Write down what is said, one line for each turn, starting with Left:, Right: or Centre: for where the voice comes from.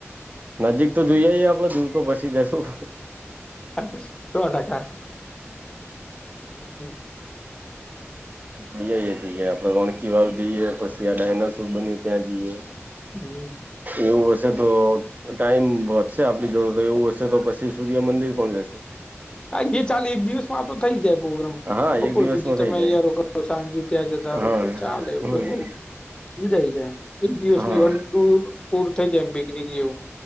Right: નજીક તો જોઈએએ આપડે દૂર તો પછી જશું
Left: હ સો ટકા હમ
Right: અ છે કે આપડે ઓણખી વાવ જઈએ પછી આ ડાયનાસોર બની ત્યાં જઈએ
Left: હમ
Right: એવું હશે તો ટાઈમ વધશે આપણી જો એવું હશે તો પછી સૂર્ય મંદિર પણ જશું
Left: હા એ ચાલે એક દિવસ આ તો થઈ જાય પ્રોગ્રામ
Right: હા
Left: બપોર
Right: એક દિવસમાં
Left: સુધી
Right: થઇ
Left: તમે
Right: જાય
Left: અહં રો કરો સાંજે ત્યાં જતા રહો
Right: હા
Left: તો ચાલે એવું
Right: હમ
Left: કે બઉ જાય જાય એમ એક દિવસની
Right: હા
Left: વન ટુ ટુર થઇ જાય એમ પિકનિક જેવું